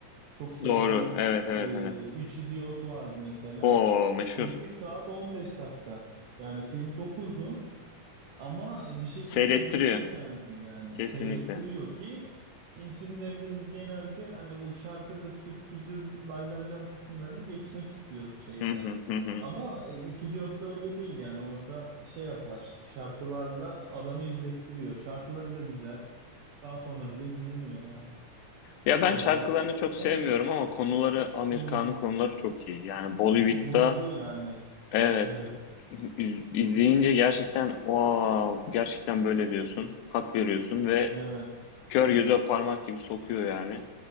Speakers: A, on the right; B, on the left.
A: çok sevdiğim
B: Doğru. Evet evet
A: e,
B: evet.
A: Üç İdiot vardı mesela.
B: O meşhur.
A: Film 3 saat 15 dakika. Yani film çok uzun. Ama bir şekilde
B: Seyrettiriyor
A: izletiyor kendini yani
B: kesinlikle.
A: seyrettiriyor ki Hint filmlerinde biz genelde hani o şarkıdır, türküdür, lay lay lom kısımlarını geçmek istiyoruz şeyde.
B: Hı hı, hı hı.
A: Ama e, Üç Diyot'ta öyle değil yani orada şey yapar şarkılarla adamı izlettiriyor. Şarkıları da güzel. Daha sonra bile dinleniyor yani
B: Ya
A: şey
B: ben şarkılarını
A: olarak. O
B: çok
A: yüzden
B: sevmiyorum ama konuları Amerikan'ın
A: hmm,
B: konuları çok iyi. Yani Bollywood'da
A: vurucu yani.
B: evet
A: Evet.
B: iz- izleyince gerçekten wow gerçekten böyle diyorsun. Hak veriyorsun ve
A: Evet.
B: kör göze parmak gibi sokuyor yani.